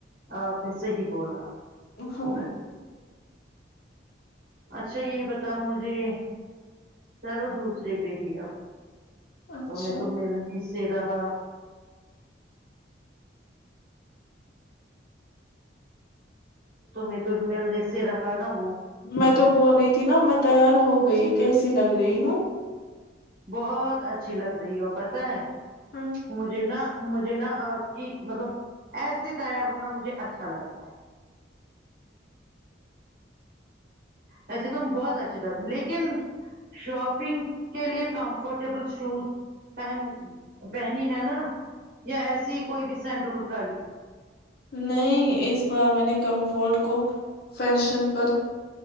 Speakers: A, on the right; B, on the left.
A: آپ نے صحی بولا
B: ہو
A: اچھا یہ بتاؤ مجھے چلو دوسرے پہ ہی اب
B: اچھا
A: تو میں تو مل چید ہا تمیں تو ملنے سے رکھا نا وہ
B: میں تو بول رہی تھی نا میں تیار ہو گئی کیسی لگ رہی ہوں
A: بہت اچھا اچھی لگ رہی ہو پت ہے
B: ہاں
A: مجھے نا مجھے نا کہ مطلب ایسے تیار ہونا مجھے اچھا لگتا ہے ایسے تم بہت اچھا ڈال لیکن شاپنگ کے لیے کمفرٹیبل شوز پہن پہنی ہے نا یا ایسی ہی کوئی بھی سینڈل اٹھا لی
B: نہیں اس بار میں نے کمفورٹ کو فیشن پر